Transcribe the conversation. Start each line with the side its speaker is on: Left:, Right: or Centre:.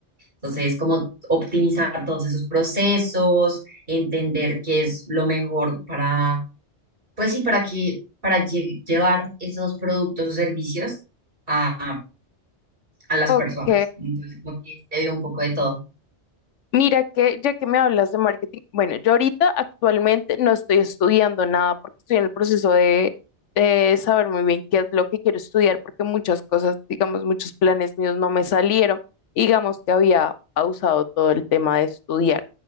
Right: Entonces, como optimizar todos esos procesos, entender qué es lo mejor para, pues sí, para que, para lle- llevar esos productos o servicios a, a las
Left: Ok.
Right: personas. ¿no? Entonces, como que se vio un poco de todo.
Left: Mira que ya que me hablas de marketing, bueno, yo ahorita actualmente no estoy estudiando nada porque estoy en el proceso de, de saber muy bien qué es lo que quiero estudiar porque muchas cosas, digamos, muchos planes míos no me salieron. Digamos que había pausado todo el tema de estudiar,